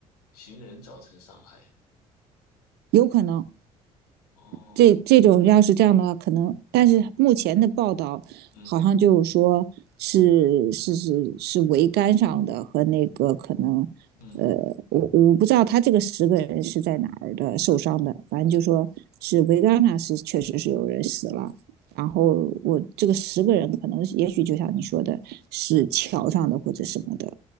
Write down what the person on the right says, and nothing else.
有可能。
这这种要是这样的话，可能，但是目前的报道好像就是说是是是是桅杆上的和那个可能，
呃，我我不知道他这个十个人是在哪儿的受伤的，反正就说是桅杆上是确实是有人死了，然后我这个十个人可能也许就像你说的，是桥上的或者什么的，